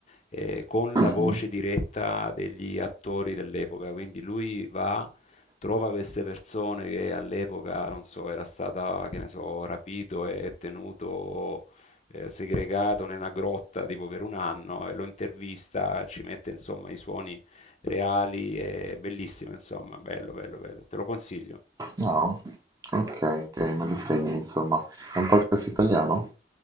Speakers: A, on the left; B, on the right.
A: eh, con
B: Mhm.
A: la voce diretta degli attori dell'epoca. Quindi lui va trova queste persone che all'epoca, non so, era stata, che ne so, rapito e tenuto eh, segregato nella grotta tipo per un anno e lo intervista, ci mette insomma i suoni reali, è bellissimo insomma, bello, bello, bello, te lo consiglio.
B: No? Ok, ok, me lo segni, insomma. È un podcast italiano?